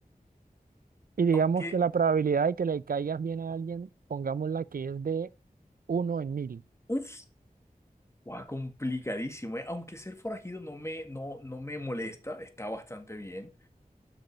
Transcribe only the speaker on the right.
Y digamos
que la probabilidad de que le caigas bien a alguien, pongámosla que es de uno en mil.